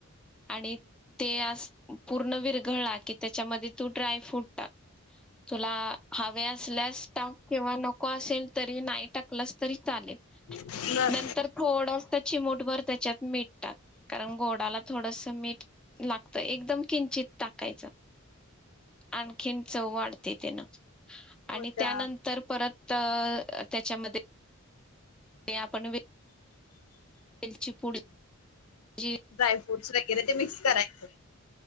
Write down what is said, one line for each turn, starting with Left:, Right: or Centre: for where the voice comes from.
Centre: आणि ते आस पूर्ण विरघला की त्याच्यामध्ये तू ड्राय फ्रूट टाक--तुला हवे असल्यास टाक किंवा नको असले तरी नाही टाकलस तरी चालेल
Left: बर
Centre: नंतर थोड चिमुठभर त्याच्यात मीट टाक कारण गोडाला थोडस मीठ लागतं एकदम किंचित टाकायच आणखीन चव वाढ ते तेना
Left: हो
Centre: आणि
Left: त्या
Centre: त्यानंतर परत तर त्याच्यामध्ये ते आपण वेलची पूड जी
Left: जायफ फ्रूट्स वगैरे ते मिक्स करायचं